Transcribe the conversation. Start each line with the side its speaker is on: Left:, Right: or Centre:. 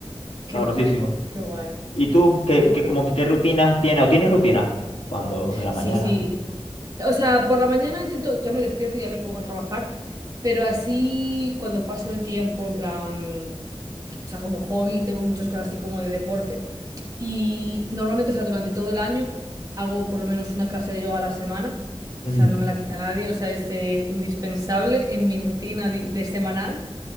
Right: qué
Left: sabrosísimo.
Right: guay, qué guay,
Left: ¿Y tú, qué,
Right: qué guay.
Left: qué, como que qué rutinas tienes o tienes rutinas? Cuando, en la
Right: Sí,
Left: mañana.
Right: sí. O sea, por la mañana intento, ya me despierto y ya me pongo a trabajar, pero así cuando paso el tiempo, en plan, o sea, como hobby, tengo muchas cosas así como de deporte. Y normalmente, o sea, durante todo el año hago por lo menos una clase de yoga a la semana.
Left: Ujú,
Right: O sea, no me la quita nadie, o sea, es eh, indispensable en mi rutina di- de, semanal.